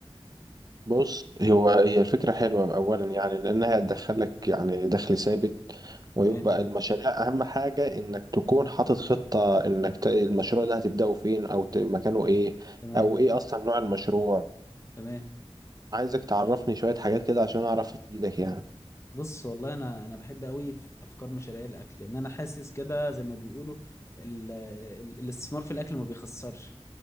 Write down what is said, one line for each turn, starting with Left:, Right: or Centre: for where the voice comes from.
Right: بص هو هي الفكرة حلوة أولا يعني لأنها هتدخلك يعني دخل ثابت ويبقى
Left: تمام
Right: المشاريع أهم حاجة إنك تكون حاطط خطة إنك ت- المشروع ده هتبدأه فين أو ت- مكانه إيه
Left: تمام
Right: أو إيه أصلا نوع المشروع
Left: تمام
Right: عايزك تعرفني شوية حاجات كده عشان أعرف أفيدك يعني
Left: بص والله انا انا بحب قوي في افكار مشاريع الاكل لان انا حاسس كده زي ما بيقولوا ال- ال- الاستثمار في الاكل ما بيخسرش